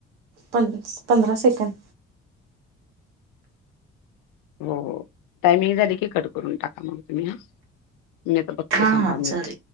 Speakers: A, on the right (about 85°); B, on the left (about 65°).
A: पन पंधरा सेकंद
B: हो हो, टायमिंग झाली की, कट करून टाका मग तुम्ही हा मी आता बघते
A: हा
B: थांबा
A: हा चालेल
B: मी